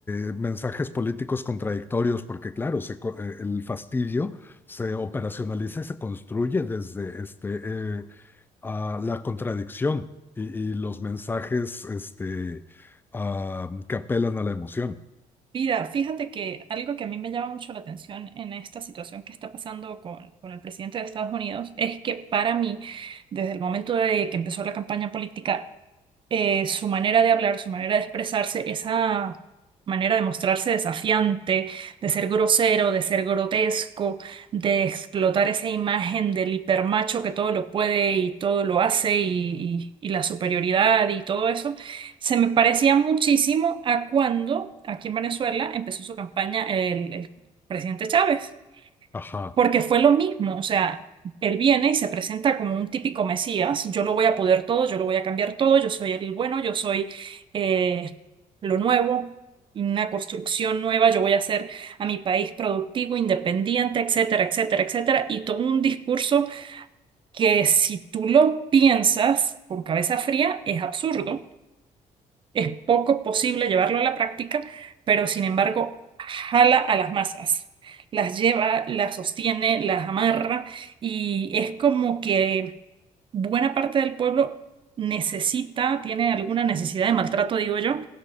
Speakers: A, on the left; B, on the right.
A: eh, mensajes políticos contradictorios? Porque claro, se co- eh, el fastidio se operacionaliza y se construye desde este, eh, a la contradicción y, y los mensajes este, ah, que apelan a la emoción.
B: Mira, fíjate que algo que a mí me llama mucho la atención en esta situación que está pasando con, con el presidente de Estados Unidos es que para mí, desde el momento de que empezó la campaña política, eh, su manera de hablar, su manera de expresarse, esa manera de mostrarse desafiante, de ser grosero, de ser grotesco, de explotar esa imagen del hipermacho que todo lo puede y todo lo hace y, y- y la superioridad y todo eso, se me parecía muchísimo a cuando aquí en Venezuela empezó su campaña el el presidente Chávez.
A: Ajá.
B: Porque fue lo mismo, o sea, él viene y se presenta como un típico Mesías, yo lo voy a poder todo, yo lo voy a cambiar todo, yo soy el bueno, yo soy eh, lo nuevo, una construcción nueva, yo voy a hacer a mi país productivo, independiente, etcétera, etcétera, etcétera, y todo un discurso que si tú lo piensas con cabeza fría es absurdo es poco posible llevarlo a la práctica, pero sin embargo jala a las masas, las lleva, las sostiene, las amarra y es como que buena parte del pueblo necesita, tiene alguna necesidad de maltrato, digo yo.